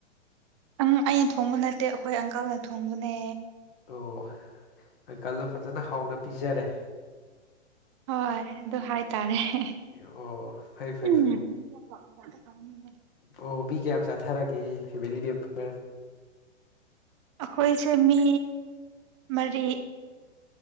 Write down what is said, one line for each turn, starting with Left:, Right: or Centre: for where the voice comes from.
Right: ꯑꯪ ꯑꯩꯅ ꯊꯣꯡꯕ ꯅꯠꯇꯦ ꯑꯩꯈꯣꯏ ꯑꯪꯀꯜꯅ ꯊꯣꯡꯕꯅꯦ
Left: ꯑꯣ ꯑꯪꯀꯜꯅ ꯐꯖꯅ ꯍꯥꯎꯅ ꯄꯤꯖꯔꯦ
Right: ꯍꯣꯏ ꯑꯗꯨ ꯍꯥꯏꯇꯥꯔꯦ ꯍꯦꯍꯦ
Left: ꯑꯣ ꯐꯩ ꯐꯩ
Right: <unintelligible>
Left: ꯐꯩ ꯑꯣ ꯃꯤ ꯀꯌꯥꯝ ꯆꯥꯊꯔꯒꯦ ꯐꯦꯃꯤꯂꯤ ꯃꯦꯝꯕꯔ
Right: ꯑꯩꯈꯣꯏꯁꯦ ꯃꯤ ꯃꯔꯤ